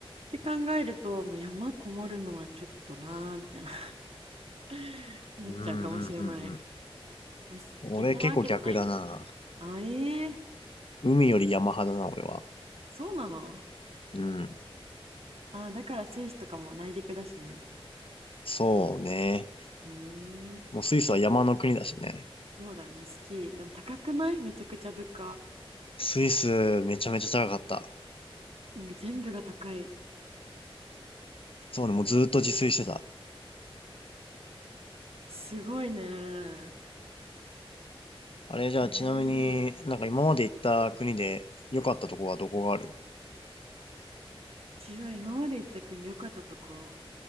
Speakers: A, on the right; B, on the left.
A: って考えると、もう山こもるのはちょっとなーみたいな <laughs> なっちゃうかもしれない。
B: うん、うん、うん。うん
A: あす嫌いなわけじゃないけどね。
B: 俺結構逆だな。
A: あ、ええ
B: 海より山派だな、俺は。
A: そうなの
B: うん。
A: あ、だからスイスとかも内陸だしね。
B: そうね。
A: うーん、
B: もうスイスは山の国だしね。
A: そうだね、スキー。でも高くないめちゃくちゃ物価。
B: スイスめちゃめちゃ高かった。
A: なんか全部が高い。
B: そうね、もうずーっと自炊してた。
A: すごいね。
B: あれじゃあちなみになんか今まで行った国で良かったとこはどこがある
A: ええ自分は今まで行った国良かったとこ。